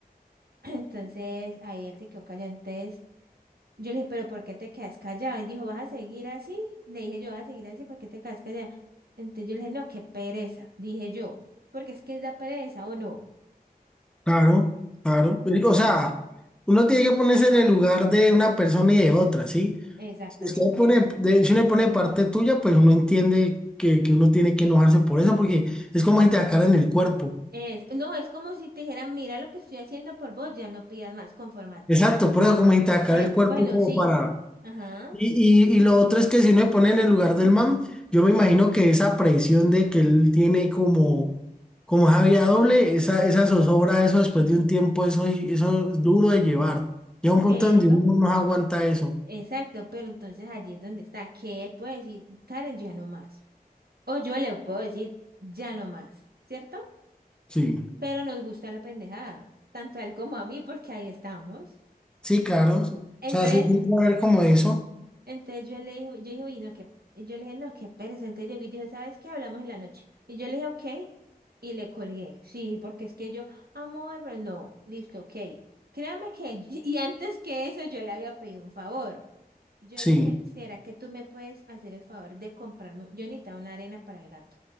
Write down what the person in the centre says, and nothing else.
Claro, claro. Eh, O
sea, uno tiene que ponerse en el lugar de una persona y de otra, ¿sí?
Si usted pone, de- si uno pone parte tuya, pues uno entiende que, que uno tiene que enojarse por eso, porque es como si te sacaran el cuerpo.
Exacto, pero como si te sacaran
el cuerpo
como
para...
Y, y, y lo otro es que si uno se pone en el lugar del man, yo me imagino que esa presión de que él tiene como, como esa vía doble, esa, esa zozobra, eso después de un tiempo, eso, eso es duro de llevar. Llega un punto
donde uno no aguanta eso.
Sí.
Sí, claro. O
sea, sí, siempre va a haber como eso.
Sí,